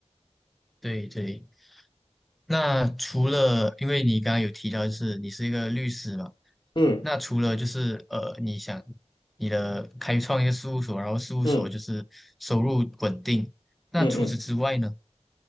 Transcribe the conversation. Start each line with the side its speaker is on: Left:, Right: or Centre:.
Centre: 对对。那除了，因为你刚刚有提到，就是你是一个律师嘛，
Left: 嗯
Centre: 那除了就是呃，你想你的开创一个事务所，然后事务所就是收入稳定，
Left: 嗯
Centre: 那除此之外呢？
Left: 嗯嗯。